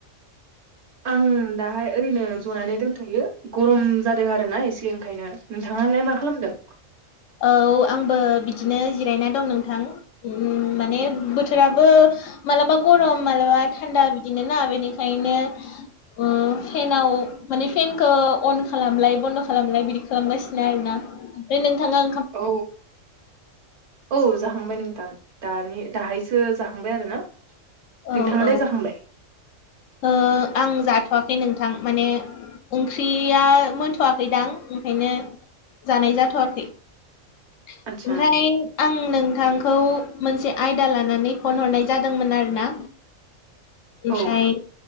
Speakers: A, on the right (about 60°); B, on the left (about 75°).
A: आं दाहाय ओरैनो जनानै दोनथ'यो गरम जादों आरोना एसे ओंखायनो। नोंथाङालाय मा खालामदों?
B: औ आंबो बिदिनो जिरायना दं नोंथां ओम माने बोथोराबो मालाबा गरम मालाबा थान्दा बिदिनो ना बेनिखायनो ओम फेनाव माने फेनखौ अन खालामलाय बन्द' खालामलाय बिदि खालामगासिनो आरोना। दे नोंथांआ
A: औ। औ जाखांबाय नोंथां। दानि दाहायसो जाखांबाय आरो ना। नोंथाङालाय
B: औ औ
A: जाखांबाय?
B: ओ आं जाथ'वाखै नोंथां माने ओंख्रिया मोनथ'वाखैदां ओंखायनो जानाय जाथ'वाखै। ओमफ्राय
A: आदसा
B: आं नोंथांखौ मोनसे आयदा लानानै फन हरनाय जादोंमोन आरो ना। ओमफ्राय
A: औ